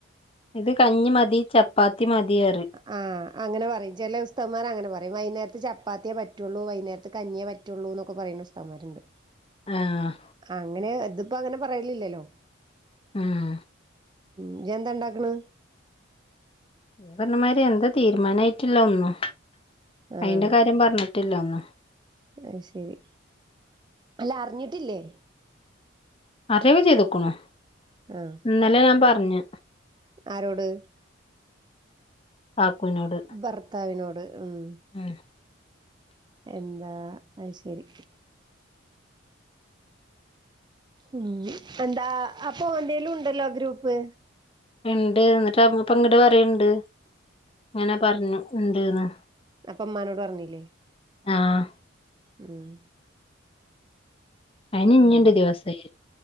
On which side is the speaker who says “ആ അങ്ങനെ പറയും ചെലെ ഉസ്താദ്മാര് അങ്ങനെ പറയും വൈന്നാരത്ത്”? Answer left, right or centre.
Right